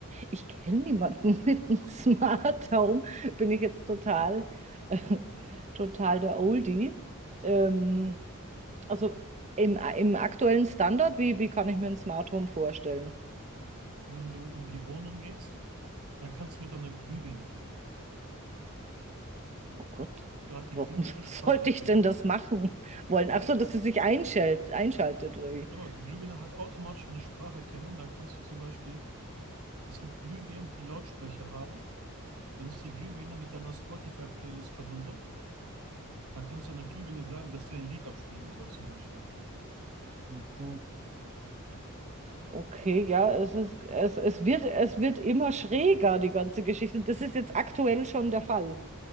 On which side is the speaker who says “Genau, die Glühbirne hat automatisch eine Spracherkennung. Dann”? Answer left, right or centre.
Right